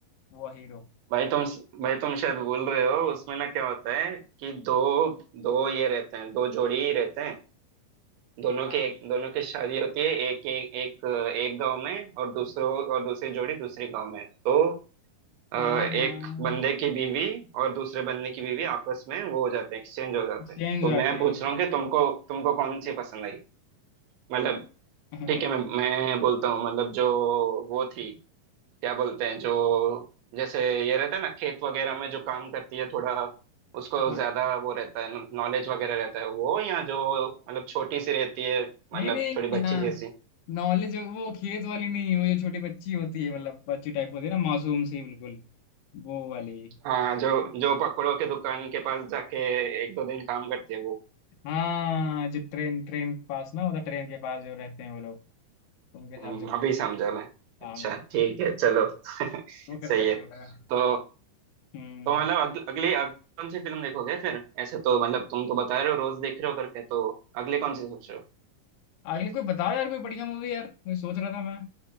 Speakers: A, on the left; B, on the right.
A: वो हीरो
B: भाई तुम भाई तुम शायद भूल रहे हो उसमें ना क्या होता है कि दो दो ये रहते हैं दो जोड़ी ही रहते हैं दोनों
A: हाँ
B: के एक दोनों की शादी होती है एक एक एक, एक गांव में और दूसरों और दूसरी जोड़ी दूसरी गांव में तो अ,
A: हाँ
B: एक
A: हाँ
B: बंदे की बीवी और दूसरे बंदे की बीवी आपस में वो हो जाते हैं एक्सचेंज हो जाते
A: चेंज
B: हैं तो
A: हो जाती
B: मैं
A: है
B: पूछ
A: हाँ
B: रहा हूँ कि तुमको तुमको कौन सी पसंद आई मतलब
A: हाँ
B: ठीक है मैं मैं बोलता हूँ मतलब जो वो थी क्या बोलते हैं जो जैसे ये रहता है ना खेत वगैरह में जो काम करती है थोड़ा उसको
A: हाँ।
B: ज्यादा वो रहता है नॉलेज वगैरह रहता है वो या जो मतलब छोटी सी रहती है
A: नहीं
B: मतलब
A: नहीं
B: थोड़ी बच्ची
A: हाँ
B: जैसी
A: नॉलेज वो खेत वाली नहीं वो जो छोटी बच्ची होती है मतलब बच्ची टाइप होती है ना मासूम सी बिल्कुल वो वाली
B: हाँ जो जो पकौड़ों के दुकान के पास जाके एक दो दिन काम करती है वो
A: हाँ जो ट्रेन ट्रेन के पास ना होता ट्रेन के पास जो रहते हैं वो लोग उनके साथ
B: हम्म,
A: जो
B: अभी समझा मैं
A: काम
B: अच्छा
A: करते
B: ठीक है चलो <laughs> सही
A: वो करता अच्छा
B: है
A: लगा
B: तो
A: हम्म
B: तो मतलब अग, अगली अगली कौन सी फिल्म देखोगे फिर ऐसे तो मतलब तुम तो बता रहे हो रोज देख रहे हो करके तो अगले कौन सी सोच रहे हो
A: आखिर कोई बताओ यार कोई बढ़िया मूवी यार मैं सोच रहा था मैं